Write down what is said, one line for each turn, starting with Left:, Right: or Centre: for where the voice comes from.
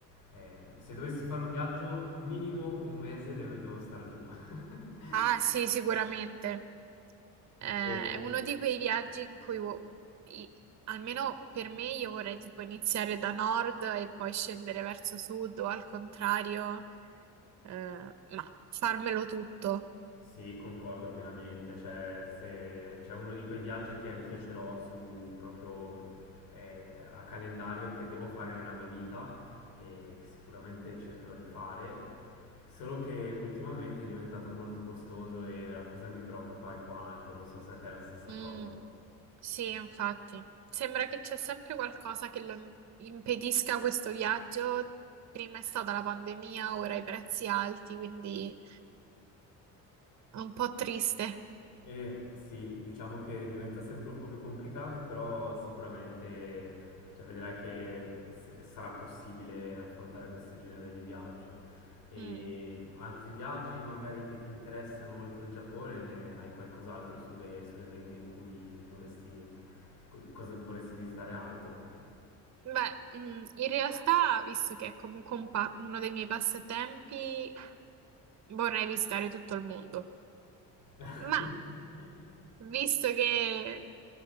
Left: ehm, se dovessi fare un viaggio, minimo un mese deve- devo star giù. <laughs>
Right: Ah, sì, sicuramente. Eh,
Left: Eh,
Right: è uno di quei viaggi in cui, vo- i- almeno per me, io vorrei tipo iniziare da nord e poi scendere verso sud o al contrario, eh, ma farmelo tutto.
Left: Sì, concordo pienamente, cioè se c'è uno di quei viaggi che anch'io ce l'ho su proprio eh, a calendario che devo fare nella mia vita e che sicuramente cercherò di fare, solo che ultimamente è diventato molto costoso e la cosa mi preoccupa alquanto, non so se a te è la stessa cosa.
Right: Mm, sì, infatti. Sembra che c'è sempre qualcosa che lo im- impedisca questo viaggio. Prima è stata la pandemia, ora i prezzi alti, quindi è un po' triste.
Left: Eh sì, diciamo che diventa sempre un po' più complicato, però sicuramente cioè, vedrai che s- sarà possibile affrontare questo genere di viaggio. E
Right: Mm.
Left: altri viaggi magari che ti interessano oltre il Giappone, ne hai qualcos'altro sulle, sulle mete in cui vorresti, co- cosa vorresti visitare altro?
Right: Beh, mm, in realtà, visto che è comunque un pa- uno dei miei passatempi, vorrei visitare tutto il mondo.
Left: <laughs>
Right: Ma visto che